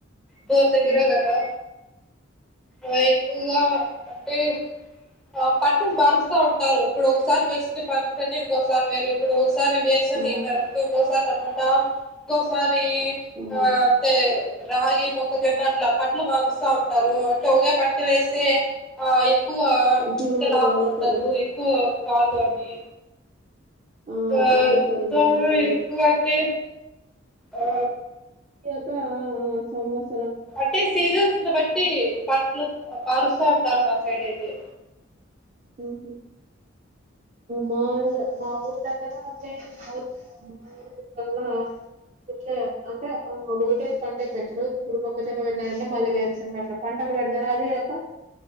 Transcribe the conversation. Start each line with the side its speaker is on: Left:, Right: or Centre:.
Centre: బోర్ దగ్గరే
Right: హ్మ్
Centre: కదా ఆ ఎక్కువుగా అంటే ఆ పంటని మారుస్తా ఉంటారు ఇప్పుడు ఒకసారి వేసిన పంటని ఇంకోసారి వేయరు ఇప్పుడు సరీ వేరుసెనగ
Right: ఆ
Centre: ఎస్సర్ ఇంకోసారి టమోటా ఇంకోసారి
Right: అవును
Centre: ఆ అంతే రాగి మొక్కజొన్న అట్లా పంట్లు మారుస్తా ఉంటారు అంటే ఒకే పంట వేస్తే ఆ ఏ ఎక్కువ
Right: దిగుబడి
Centre: అంతే లాభం
Right: రాదు
Centre: ఉండదు
Right: సరిగ్గా
Centre: ఎక్కువ కాగాది
Right: ఆ
Centre: గా
Right: పంట సరిగ్గానే
Centre: గా
Right: పండదు
Centre: ఎక్కువంటే ఆ
Right: ఆ ఆ సమ్మస్
Centre: అంటే సీజన్స్ని బట్టి పంట్లు మారుస్తా ఉంటారు మా సైడ్ అయితే
Right: ఉహు మా మా ఊర్ దగ్గ ర మ <unintelligible> ల్లా ఇట్లే అంటే ఆ ఓటే పంటే పెట్టరు ఇప్పుడు మొక్కజన్న పెట్టారంటే మళ్ళీ వేరుసెనగ అట్లా పంటలు పెడతారు అది ఒక